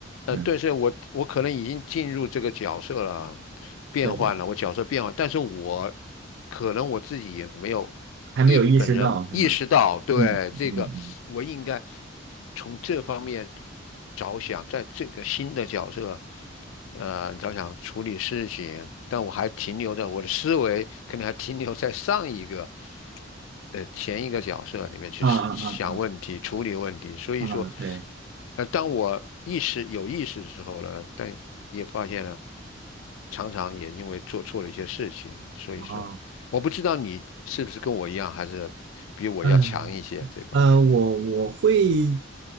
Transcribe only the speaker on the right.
嗯
对，
还没有意识到是吗？
嗯嗯嗯，
啊啊啊
啊啊，对，
啊，
嗯呃，我我会